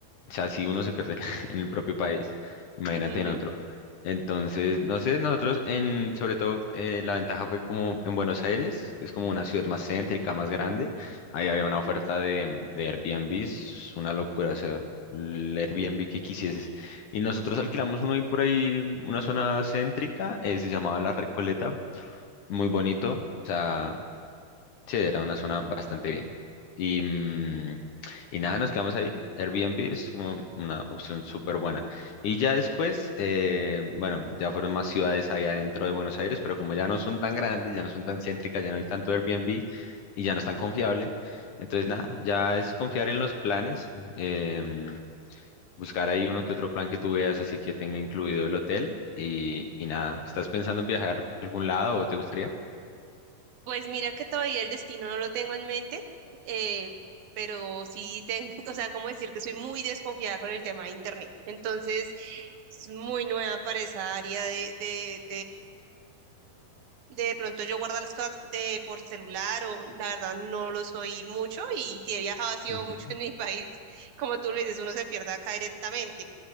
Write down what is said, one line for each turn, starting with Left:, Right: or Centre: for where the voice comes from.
Left: o sea, si uno se pierde <laughs> en el propio país, imagínate
Right: Ujú.
Left: en otro. Entonces, no sé, nosotros en, sobre todo, eh, la ventaja fue como en Buenos Aires, que es como una ciudad más céntrica, más grande. Ahí había una oferta de, de Airbnbs, una locura, o sea, el Airbnb que quisieses. Y nosotros alquilamos uno ahí por ahí, una zona céntrica, eh, se llamaba La Recoleta, muy bonito, o sea, Sí, era una zona bastante bien. Y, mm, y nada, nos quedamos ahí. Airbnb es como una opción súper buena. Y ya después, eh, bueno, ya fueron más ciudades ahí adentro de Buenos Aires, pero como ya no son tan grandes, ya no son tan céntricas, ya no hay tanto Airbnb y ya no es tan confiable. Entonces, nada, ya es confiar en los planes, em, buscar ahí uno que otro plan que tú veas, así que tenga incluido el hotel. Y, y nada, ¿estás pensando en viajar a algún lado o te gustaría?
Right: Pues mira que todavía el destino no lo tengo en mente, eh, pero sí tengo, <laughs> o sea, cómo decirte, soy muy desconfiada con el tema de internet. Entonces, es muy nueva para esa área de, de, De pronto yo guardo las cosas de, por celular o la verdad no lo soy mucho y si he viajado ha sido
Left: Ujú.
Right: mucho en mi país, como tú le dices, uno se pierde acá directamente.